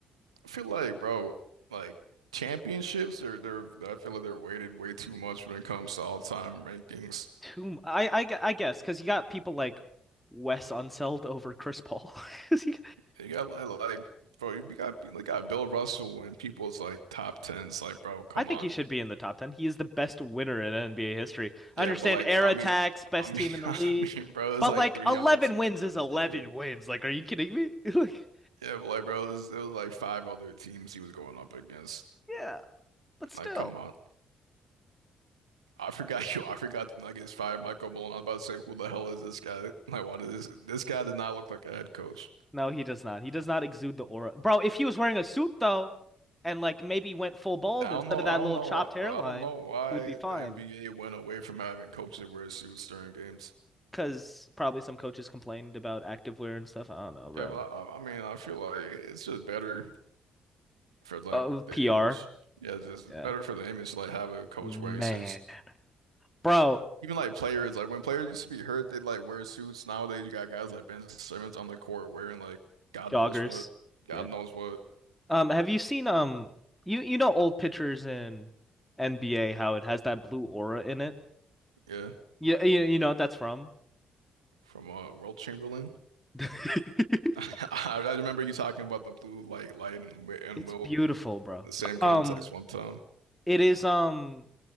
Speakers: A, on the right; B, in the centre.
A: I feel like, bro, like championships are they're I feel like they're weighted way too much when it comes to all time rankings.
B: too. m- I I gu- I guess because you got people like Wes Unseld over Chris Paul. <laughs> you-
A: You got like, like, bro, you got you got Bill Russell in people's like top tens. Like, bro, come
B: I think
A: on.
B: he should be in the top 10. He is the best winner in NBA history. I
A: Yeah,
B: understand
A: but like,
B: air
A: I
B: attacks,
A: mean,
B: best
A: I mean,
B: team
A: <laughs>
B: in the
A: I
B: league,
A: mean, bro, it's
B: but
A: like
B: like
A: three
B: 11
A: other teams
B: wins
A: in the
B: is
A: NBA.
B: 11 wins. Like, are you kidding me? <laughs> Like,
A: Yeah, but like bro, it was, it was like five other teams he was going up against.
B: yeah, but still.
A: Like, come on. I forgot <laughs> you. I forgot the Nuggets fired Michael Malone. I was about to say, who the hell is this guy? <laughs> Like, why does this this guy did not look like a head coach?
B: No, he does not. He does not exude the aura. Bro, if he was wearing a suit though, and like maybe went full bald
A: I
B: instead
A: don't know.
B: of that
A: I
B: little
A: don't know
B: chopped
A: why,
B: hairline,
A: bro. I don't know why
B: he would be fine.
A: the NBA went away from having coaches wear suits during games.
B: Because probably some coaches complained about activewear and stuff. I don't know, bro.
A: Yeah, but I, I I mean, I feel like it's just better for like
B: Uh,
A: the
B: PR.
A: image. Yeah, it's just
B: Yeah.
A: better for the image to like have a coach
B: Man.
A: wearing suits.
B: Bro,
A: Even like players, like when players used to be hurt, they'd like wear suits. Nowadays, you got guys like Ben Simmons on the court wearing like God
B: joggers.
A: knows what, God
B: Yeah.
A: knows what.
B: Um, have you seen um you you know old pictures in NBA how it has that blue aura in it?
A: Yeah,
B: Yeah, you, you know what that's from?
A: from uh Wilt Chamberlain.
B: <laughs>
A: <laughs> I, I remember you talking about the blue like light and Wi- and
B: It's
A: Wilt
B: beautiful, bro.
A: the same context
B: Um,
A: one time.
B: it is um